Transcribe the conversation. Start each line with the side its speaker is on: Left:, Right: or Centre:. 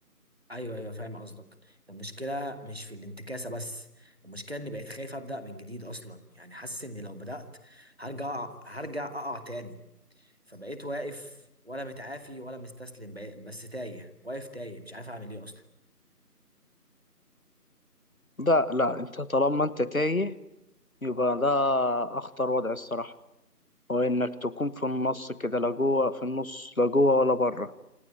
Right: ايوه ايوه فاهم قصدك المشكله مش في الانتكاسه بس المشكله اني بقيت خايف ابدا من جديد اصلا يعني حاسس اني لو بدات هرجع هرجع اقع تاني فبقيت واقف ولا متعافي ولا مستسلم بقيت- بس تايه واقف تايه مش عارف اعمل ايه اصلا
Left: ده لا انت طالما انت تايه يبقى ده أخطر وضع الصراحة هو إنك تكون في النص كده لا جوه في النص لا جوه ولا بره